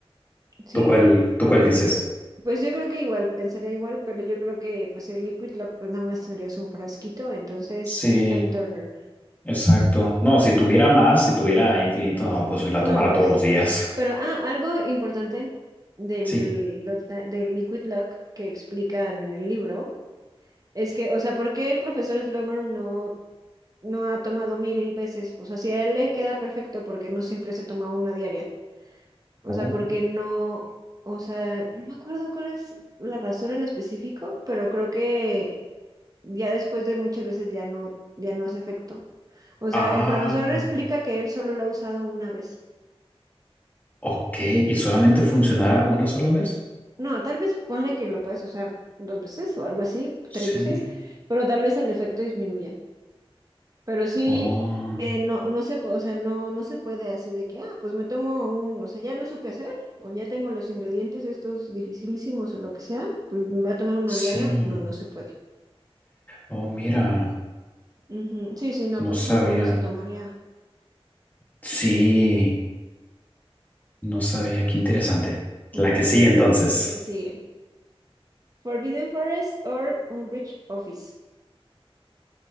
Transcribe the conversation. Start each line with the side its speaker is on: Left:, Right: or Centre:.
Right: Sí,
Left: ¿Tú cuál, tú cuál dices?
Right: pues yo creo que igual, pensaría igual, pero yo creo que pues el Liquid Lock pues nada más tendrías un frasquito, entonces
Left: Sí,
Right: Time Turner.
Left: exacto. No, si tuviera más, si tuviera infinito, no, pues la
Right: No,
Left: tomara
Right: pues,
Left: todos los días.
Right: pero ah, algo importante del,
Left: Sí.
Right: lo- del Liquid Lock que explican en el libro es que, o sea, ¿por qué el profesor Slughorn no, no ha tomado mil veces? O sea, si a él le queda perfecto, porque no siempre se toma una diaria? O
Left: Oh.
Right: sea, porque no, o sea, no me acuerdo cuál es la razón en específico, pero creo que ya después de muchas veces ya no, ya no hace efecto. O
Left: Ah,
Right: sea, el profesor explica que él solo lo ha usado una vez.
Left: ok. ¿Y solamente funcionará una sola vez?
Right: No, tal vez ponle que lo puedes usar dos veces o algo así, tres
Left: Sí.
Right: veces, pero tal vez el efecto disminuya. Pero sí,
Left: Oh,
Right: eh, no, no se, po- o sea, no, no se puede así de que, ah, pues me tomo un, o sea, ya lo supe hacer, o ya tengo los ingredientes estos dificilísimos o lo que sea, pues me voy a tomar uno
Left: sí.
Right: diario. No, no se puede.
Left: Oh, mira,
Right: Ujú, Sí, sí, no,
Left: no
Right: pues
Left: sabía.
Right: todo mundo se tomaría.
Left: Sí, no sabía. Qué interesante.
Right: ujú,
Left: La que sí, entonces.
Right: La que sigue. Forbidden Forest or Umbridge Office.